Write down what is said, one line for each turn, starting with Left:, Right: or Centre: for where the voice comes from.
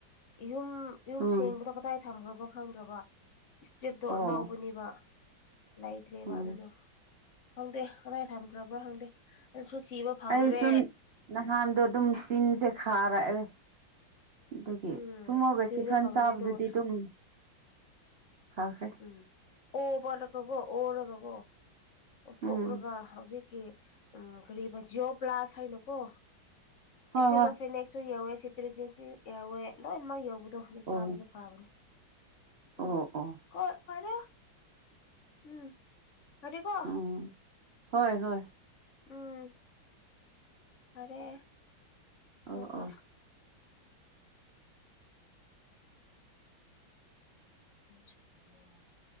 Left: ꯌꯨꯝ ꯌꯨꯝ
Right: ꯎꯝ
Left: ꯁꯦꯡꯕꯗꯣ ꯀꯗꯥꯏ ꯊꯝꯒ꯭ꯔꯕ ꯈꯪꯗ꯭ꯔꯕ ꯁꯇ꯭ꯔꯤꯞꯇꯣ
Right: ꯑꯣ
Left: ꯑꯅꯧꯕꯅꯤꯕ ꯂꯩꯇ꯭ꯔꯦꯕ
Right: ꯎꯝ
Left: ꯑꯗꯨꯗꯣ ꯈꯪꯗꯦ ꯀꯗꯥꯏ ꯊꯝꯈ꯭ꯔꯕ꯭ꯔꯣ ꯈꯪꯗꯦ ꯑꯩꯁꯨ ꯊꯤꯕ ꯐꯪꯗ꯭ꯔꯦ
Right: ꯑꯩ ꯁꯨꯝ ꯅꯍꯥꯟꯗꯣ ꯑꯗꯨꯝ ꯆꯤꯟꯁꯦ ꯈꯥꯔꯛꯑꯦ ꯑꯗꯒꯤ
Left: ꯎꯝ
Right: ꯁꯨꯝꯉꯧꯒ
Left: ꯊꯤꯕ
Right: ꯁꯤꯐ꯭ꯔꯟ
Left: ꯐꯪꯗ꯭ꯔꯦ
Right: ꯆꯥꯕꯗꯨꯗꯤ
Left: ꯑꯗꯨꯒ
Right: ꯑꯗꯨꯝ ꯐꯈ꯭ꯔꯦ
Left: ꯎꯝ ꯑꯣ ꯃꯠꯂꯒꯒꯣ ꯑꯣꯔꯒꯀꯣ ꯑꯣꯠꯊꯣꯛꯂꯒ
Right: ꯎꯝ
Left: ꯍꯧꯖꯤꯛꯀꯤ ꯎꯝ ꯀꯔꯤꯕ ꯖꯤꯑꯣ ꯄ꯭ꯂꯥꯁ ꯍꯥꯏꯅꯀꯣ
Right: ꯍꯣꯏ
Left: ꯑꯦꯁꯤꯂꯣꯐꯤꯅꯦꯁ
Right: ꯍꯣꯏ
Left: ꯨ ꯁꯨ ꯌꯧꯋꯦ ꯁꯤꯇ꯭ꯔꯦꯆꯦꯟꯁꯨ ꯌꯥꯎꯋꯦ ꯂꯣꯏꯅꯃꯛ ꯌꯧꯕꯗꯣ ꯑꯗꯨ ꯆꯥꯕꯗꯣ
Right: ꯑꯣ
Left: ꯐꯕꯅꯦ ꯎꯝ
Right: ꯑꯣ ꯑꯣ
Left: ꯍꯣꯏ ꯐꯔꯦ ꯎꯝ ꯐꯔꯦꯀꯣ
Right: ꯎꯝ ꯍꯣꯏ ꯍꯣꯏ
Left: ꯎꯝ ꯐꯔꯦ ꯑꯃꯨꯛꯀ
Right: ꯑꯣ ꯑꯣ
Left: <inaudible>